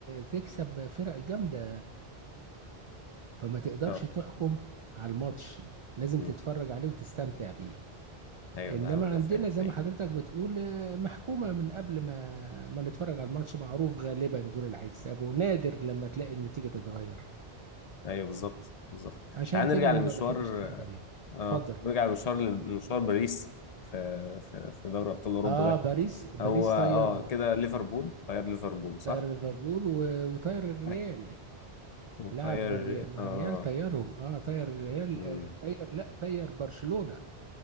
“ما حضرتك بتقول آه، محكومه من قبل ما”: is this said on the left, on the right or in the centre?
Right